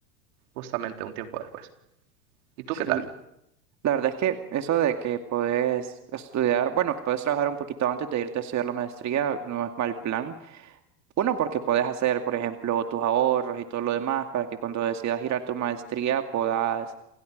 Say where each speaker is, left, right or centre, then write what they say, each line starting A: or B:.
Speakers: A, on the right; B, on the right.
A: justamente un tiempo después. ¿Y tú
B: Sí,
A: qué tal?
B: l- la verdad es que eso de que podés estudiar, bueno, que podés trabajar un poquito antes de irte a estudiar la maestría no es mal plan. Uno, porque podés hacer, por ejemplo, tus ahorros y todo lo demás para que cuando decidas girar tu maestría puedas